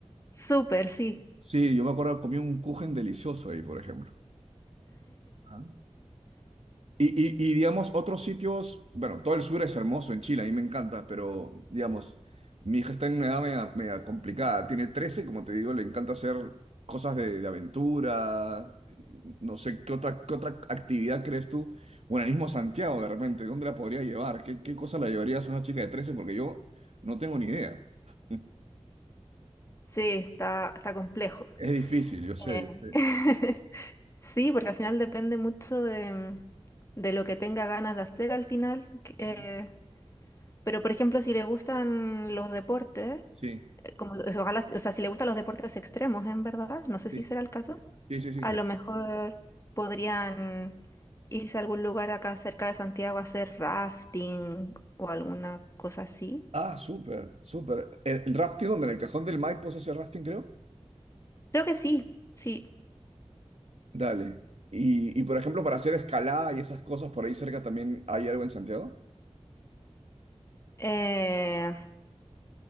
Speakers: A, on the left; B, on the right.
A: Súper, sí.
B: Sí, yo me acuerdo, comí un kuchen delicioso ahí, por ejemplo. Ah. Y, y- y, digamos, otros sitios, bueno, todo el sur es hermoso en Chile, a mí me encanta, pero digamos, mi hija está en una edad media, media complicada, tiene 13 y como te digo, le encanta hacer cosas de, de aventura, no sé, ¿qué otra, qué otra actividad crees tú? Bueno, el mismo Santiago de repente, ¿dónde la podría llevar? ¿Qué, qué cosa la llevarías a una chica de trece Porque yo no tengo ni idea. <laughs>
A: Sí, está, está complejo.
B: Es difícil, yo sé,
A: Eh,
B: yo sé.
A: <laughs> Sí, porque al final depende mucho de, de lo que tenga ganas de hacer al final. que- eh,
B: Ajá.
A: pero, por ejemplo, si le gustan los deportes,
B: Sí,
A: eh, como, o sea, ojalá, o sea, si le gustan los deportes extremos, en verdad, no sé
B: sí,
A: si será el caso,
B: sí, sí, sí.
A: a lo mejor podrían irse a algún lugar acá cerca de Santiago a hacer rafting o alguna cosa así.
B: Ah, súper, súper. El, el rafting donde en el cajón del Maipo se hace rafting, creo.
A: Creo que sí, sí.
B: Dale. Y, y por ejemplo, para hacer escalada y esas cosas por ahí cerca también hay algo en Santiago.
A: Eh,